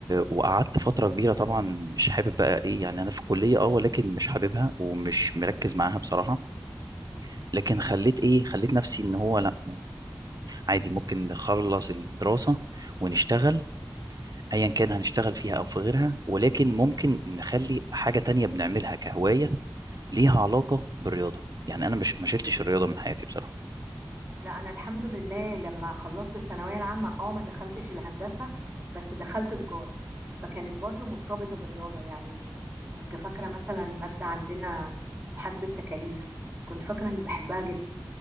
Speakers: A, on the right; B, on the right.
A: وقعدت فتره كبيره طبعا مش حابب بقى ايه يعني انا في الكليه اه ولكن مش حاببها ومش مركز معاها بصراحه لكن خليت ايه خليت نفسي ان هو لا عادي ممكن نخلص الدراسه ونشتغل ايا كان هنشتغل فيها او في غيرها ولكن ممكن نخلي حاجه تانية بنعملها كهوايه ليها علاقه بالرياضه يعني انا مش ما شلتش الرياضه من حياتي بصراحه
B: لا انا الحمد لله لما خلصت الثانويه العامه اه ما دخلتش الهندسه بس دخلت تجاره فكانت برضو مرتبطه بالرياضه يعني كنت فاكره مثلا ماده عندنا محاسبه تكاليف كنت فاكره اني بحبها جدا